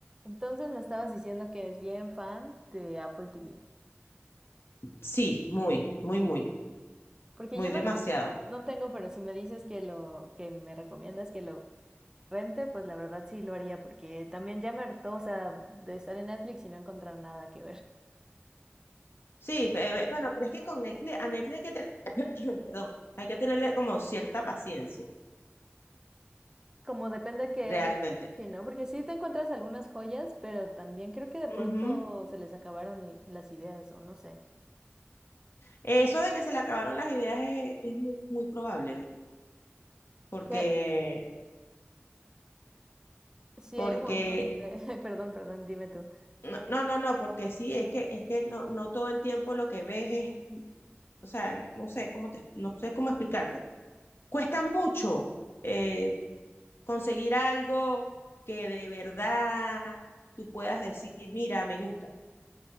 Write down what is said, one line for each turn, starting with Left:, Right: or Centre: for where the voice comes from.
Right: Entonces me estabas diciendo que es bien fan de Apple TV.
Left: Sí, muy, muy, muy,
Right: Porque
Left: muy
Right: yo no,
Left: demasiado.
Right: no tengo, pero si me dices que lo que me recomiendas que lo rente, pues la verdad sí lo haría, porque también ya me hartó, o sea, de estar en Netflix y no encontrar nada que ver.
Left: Sí, pe- pe- bueno, pero es que con Netflix, a Netflix hay que tener, <coughs> <clears throat> perdón, hay que tenerle como cierta paciencia,
Right: <laughs> Como depende que,
Left: realmente.
Right: sí, ¿no? Porque sí te encuentras algunas joyas, pero también creo que de pronto
Left: Ujú.
Right: se les acabaron las ideas, o no sé.
Left: Eso de que se le acabaron las ideas es, es muy, muy probable, ¿oí? Porque,
Right: Que sí
Left: porque,
Right: hay un montón de, <laughs> perdón, perdón, dime tú.
Left: no, no, no, no, porque sí, es que, es que no, no todo el tiempo lo que ves es, o sea, no sé cómo te, no sé cómo explicarte. Cuesta mucho. eh, conseguir algo que de verdad tú puedas decir, mira, me gusta,